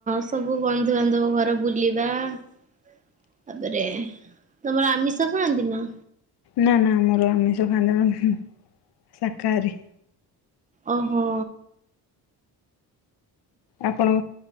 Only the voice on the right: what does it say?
ସବୁ ବନ୍ଧୁବାନ୍ଧବ ଘର ବୁଲିବା ତାପରେ ତମର ଆମିଷ ଖାଆନ୍ତି ନା।
ଓହୋ।